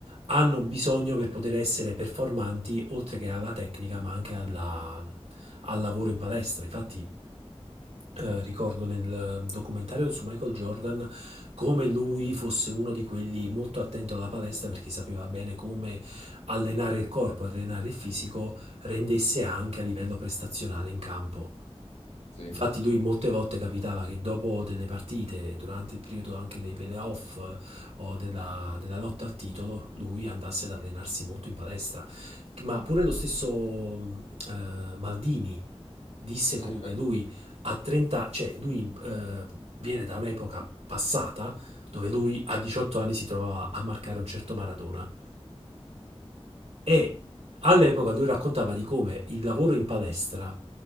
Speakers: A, on the right (about 85°); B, on the left (about 80°).
A: hanno bisogno per poter essere performanti, oltre che alla tecnica, ma anche alla al lavoro in palestra. Infatti, eh, ricordo nel documentario su Michael Jordan come lui fosse uno di quelli molto attento alla palestra perché sapeva bene come allenare il corpo, allenare il fisico, rendesse anche a livello prestazionale in campo.
B: Sì.
A: Infatti lui molte volte capitava che dopo delle partite, durante il periodo anche dei playoff eh, o della, della lotta al titolo, lui andasse ad allenarsi molto in palestra. Ma pure lo stesso mh, eh, Maldini disse
B: Eh,
A: come lui
B: sì,
A: a 30, cioè lui eh, viene da un'epoca passata dove lui a 18 anni si trovava a marcare un certo Maradona e all'epoca lui raccontava di come il lavoro in palestra